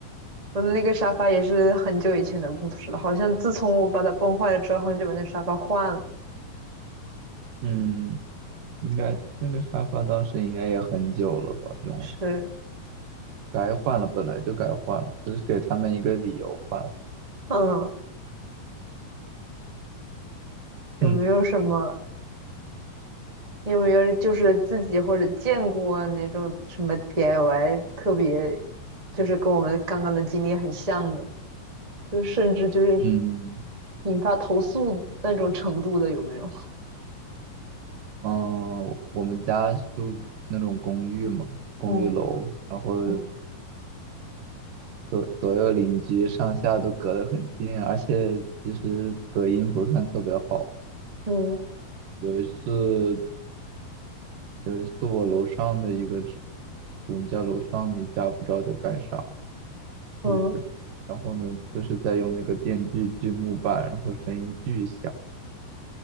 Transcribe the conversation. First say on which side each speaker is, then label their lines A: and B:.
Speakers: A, on the right; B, on the right.
A: 我的那个沙发也是很久以前的故事了，好像自从我把它崩坏了之后，他们就把那沙发换了，
B: 嗯。应该那个沙发当时应该也很久了吧？用
A: 是。
B: 该换了，本来就该换了，只是给他们一个理由换。
A: 嗯，有没有什么？
B: 嗯
A: 你有没有就是自己或者见过那种什么 DIY 特别，就是跟我们刚刚的经历很像的，就甚至就是
B: 嗯
A: 引发投诉那种程度的，有没有？
B: 嗯，我们家住那种公寓嘛，公寓楼，
A: <laughs> 嗯
B: 然后
A: 嗯
B: 隔左右邻居上下都隔得很近啊，而且其实隔音不算特别好。
A: 嗯
B: 有一次，有一次我楼上的一个，我们家楼上的一家不知道在干啥。
A: 嗯，
B: 是的，然后呢，就是在用那个电锯锯木板，然后声音巨响，